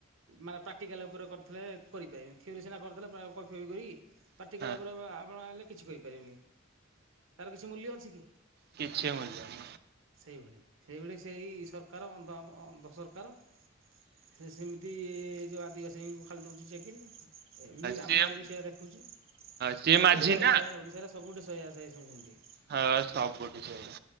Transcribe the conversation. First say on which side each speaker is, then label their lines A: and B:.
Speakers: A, on the right (about 70°); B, on the right (about 50°).
A: ମାନେ ପ୍ରାକ୍ଟିକାଲ୍ ଉପରେ କରିଥିଲେ କରିପାରିବେନି। ଥିଓରି ସିନା କରିଦେଲେ ପ୍ରାୟ, କପିଫପି କରିକି। ପାକ୍ଟିିକାଲା
B: ହଁ
A: ଉପରେ ଆପଣ ଆଣିଲେ କିଛି କରିପାରିବେନି? ତାର କିଛି ମୂଲ୍ୟ ଅଛି କି?
B: <inaudible> କିଛି <inaudible>
A: ସେଇଭଳି, ସେଇଭଳି ସେଇ ସରକାର ଅନ୍ଧ ଅନ୍ଧ ସରକାର। ସେ ସେମିତି ଯୋଉ ଆଦିବାସୀଙ୍କୁ ଖାଲି ଦଉଚି ଚାକିରି ଏଇ
B: ସିଏ
A: ଆମ ଆଡେ ବି ସେଇଆ ଦେଖୁଚି।
B: ସିଏ
A: ସବୁଟା
B: ମାଝି
A: ଭାଇ
B: ନା
A: ସେଇଆ ଓଡିଶାରେ ସବୁଠେ ସେଆ ସେ ସେ ସେ ସେମତି।
B: ହଁ, ସବୁଠି ସେଆ।